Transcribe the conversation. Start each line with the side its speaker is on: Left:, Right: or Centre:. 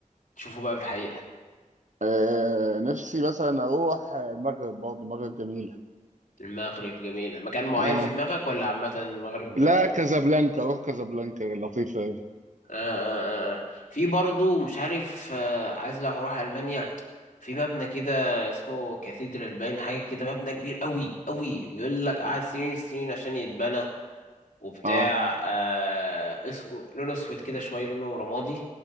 Left: وتشوفه بقى في الحقيقه
Right: آه نفسي مثلا اروح آه، المغرب برضه المغرب جميله
Left: المغرب جميلة مكان معين
Right: اه
Left: في دماغك ولا عامة المغرب
Right: لا
Left: آه
Right: كازابلانكا روح كازابلانكا لطيفه قوي
Left: آه آه آه. في برضو مش عارف آه عايز لو هروح ألمانيا في مبنى كده اسمه كاثيدرال باين حاجة كده مبنى كبير قوي قوي ويقول لك قعد سنين السنين عشان يتبنى وبتاع
Right: اه
Left: آه اسمه لونه اسود كده شوية لونه رمادي